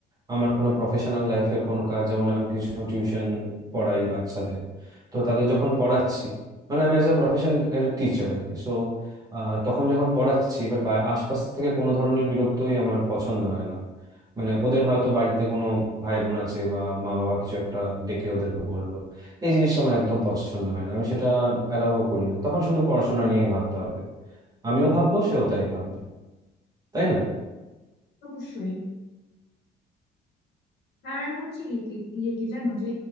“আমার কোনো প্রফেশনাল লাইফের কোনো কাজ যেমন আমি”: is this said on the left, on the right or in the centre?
Right